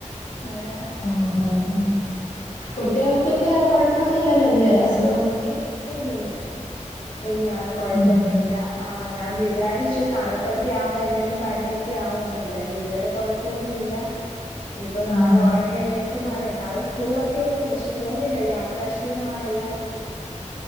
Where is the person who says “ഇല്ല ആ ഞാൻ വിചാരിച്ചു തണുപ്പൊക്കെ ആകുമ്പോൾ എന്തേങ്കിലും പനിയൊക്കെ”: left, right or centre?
Left